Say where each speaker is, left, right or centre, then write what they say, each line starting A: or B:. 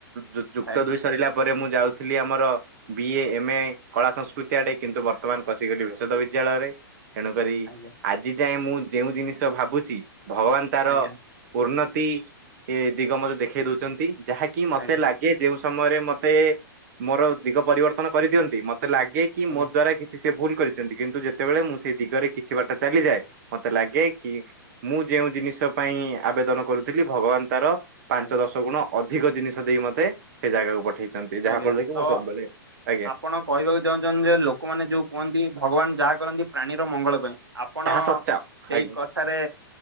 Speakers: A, on the right; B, on the right.
A: ଯୁ ଯୁକ୍ତ
B: ଆଜ୍ଞା
A: ଦୁଇ ସରିଲା ପରେ ମୁଁ ଯାଉଥିଲି ଆମର ବି ଏ ଏମ ଏ କଳା ସଂସ୍କୃତି ଆଡେ କିନ୍ତୁ ବର୍ତ୍ତମାନ ପଶିଗଲି ଭେଷଦ ବିଦ୍ୟାଳୟରେ। ତେଣୁ କରି
B: ଆଜ୍ଞା
A: ଆଜି ଯାଏଁ ମୁଁ ଯେଉଁ ଜିନିଷ ଭାବୁଚି ଭଗବାନ ତାର
B: ଆଜ୍ଞା
A: ଉନ୍ନତି ଏ ଦିଗ ମୋତେ ଦେଖେଇ ଦୋଉଚନ୍ତି ଯାହାକି ମତେ
B: ଆଜ୍ଞା
A: ଲାଗେ ଯେଉଁ ସମୟରେ ମ ତେ ମୋର ଦିଗ ପରିବର୍ତ୍ତନ କରିଦିଅନ୍ତି ମତେ ଲାଗେ କି ମୋ
B: ଆଜ୍ଞା
A: ଦ୍ଵାରା କି ଛି ସେ ଭୁଲ କରିଚନ୍ତି କିନ୍ତୁ ଯେତେବେଳେ ମୁଁ ସେଇ ଦିଗରେ କିଛି ବାଟ ଚାଲିଯାଏ ମତେ ଲାଗେ କି ମୁଁ ଯେଉଁ ଜିନିଷ ପାଇଁ ଆବେଦନ କରୁଥିଲି ଭଗବାନ ତାର ପାଞ୍ଚ
B: ଆଜ୍ଞା
A: ଦଶ ଗୁଣ ଅଧିକ ଜିନିଷ ଦେଇ ମତେ ସେ ଜାଗାକୁ ପଠେଇ ଚନ୍ତି ଯାହା
B: ଆଜ୍ଞା
A: ଫଳରେ କି
B: ତ
A: ମୁଁ ସବୁବେଳେ ଆଜ୍ଞା।
B: ଆପଣ କହିବାକୁ ଚାହୁଁଚନ୍ତି ଯେ ଲୋକମାନେ ଯୋଉ କୁହନ୍ତି ଭଗବାନ ଯାହା କରନ୍ତି ପ୍ରାଣୀର ମଙ୍ଗଳ ପାଇଁ। ଆପଣ
A: ତାହା ସତ୍ୟ
B: ସେଇ
A: ଆଜ୍ଞା
B: କଥାରେ